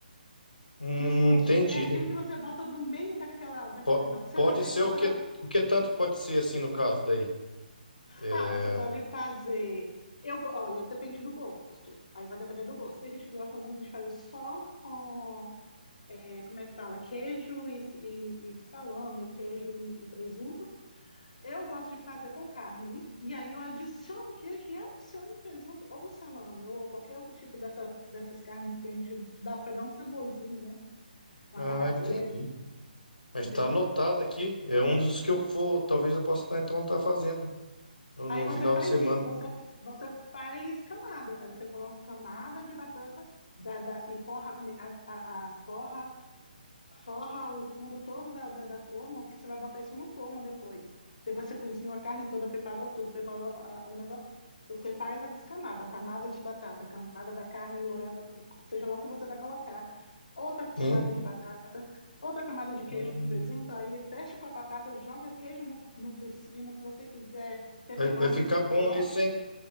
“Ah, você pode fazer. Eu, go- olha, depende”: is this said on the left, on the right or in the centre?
Left